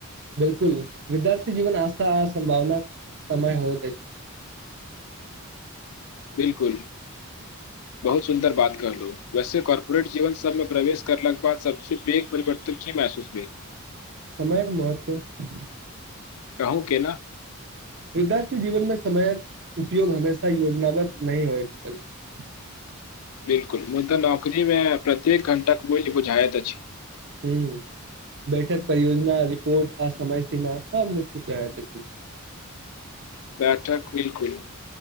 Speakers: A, on the right; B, on the left.
A: बिलकुल विद्यार्थी जीवन आस्था सं्भावना समय होय। <unintelligible>
B: बिलकुल बहुत सुन्दर बात करलो वैसे कॉर्पोरेट जीवन सबमे प्रवेश करलाके बाद सबस पघ परिवर्तन की महसूस भेलई।
A: समयके महत्व। <unintelligible>
B: कहू के न। <unintelligible>
A: विद्यार्थी जीवनमे समयक उपयोग हमेशा योजनाबद्ध नहि होइत छल। <unintelligible>
B: बिलकुल मुदाऽ नौकरी मे प्रत्येक घण्टा बुझायत अछि।
A: ह बैठक परियोजना रिपोर्ट आ समय सीमा सब निश्चित रह छै। <unintelligible>
B: बैठक बिलकुल